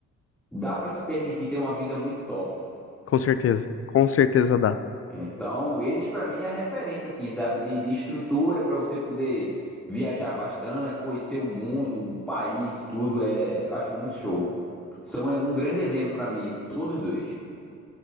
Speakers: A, in the centre; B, on the left.
A: dá pra se permitir ter uma vida muito top.
B: Com certeza. Com certeza dá.
A: Então, eles para mim é referência, assim, sabe, de, de estrutura para você poder viajar bastante, conhecer o mundo, o país, tudo é, acho muito show. São é, um grande exemplo para mim, todos dois.